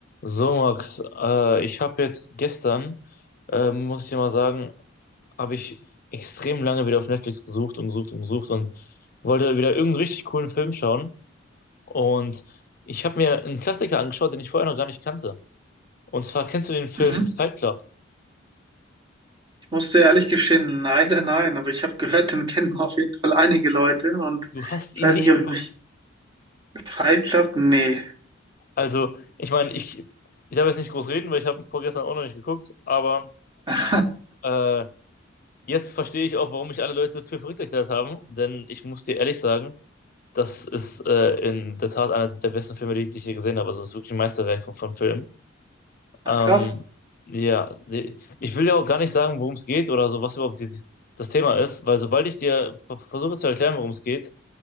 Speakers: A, on the left; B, on the right.
A: So, Max, äh, ich habe jetzt gestern, ähm, muss ich dir mal sagen, habe ich extrem lange wieder auf Netflix gesucht und gesucht und gesucht und wollte wieder irgendeinen richtig coolen Film schauen. Und ich habe mir einen Klassiker angeschaut, den ich vorher noch gar nicht kannte. Und zwar kennst du den Film
B: Mhm.
A: Fight Club?
B: Ich muss dir ehrlich gestehen, leider nein, aber ich habe gehört, den kennen auf jeden Fall einige Leute und
A: Du hast ihn
B: ich weiß
A: nicht
B: nicht,
A: geguckt.
B: ob ich mich falsch habe. Nee.
A: Also, ich meine, ich, ich darf jetzt nicht groß reden, weil ich habe ihn vorgestern auch noch nicht geguckt. Aber
B: <laughs>
A: äh, jetzt verstehe ich auch, warum mich alle Leute für verrückt erklärt haben. Denn ich muss dir ehrlich sagen, Das ist äh, in der Tat einer der besten Filme, die, die ich je gesehen habe. Also es ist wirklich ein Meisterwerk von, von Film.
B: Ach
A: Ähm,
B: krass.
A: ja, die, ich will ja auch gar nicht sagen, worum es geht oder so, was überhaupt die, die, das Thema ist, weil sobald ich dir ver- versuche zu erklären, worum es geht